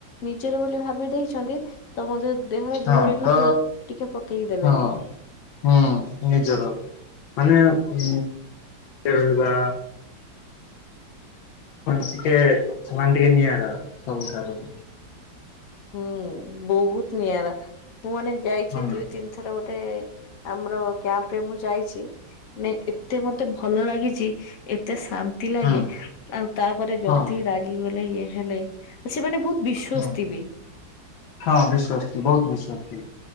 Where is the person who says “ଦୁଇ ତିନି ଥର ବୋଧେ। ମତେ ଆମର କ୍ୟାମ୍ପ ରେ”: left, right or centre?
Left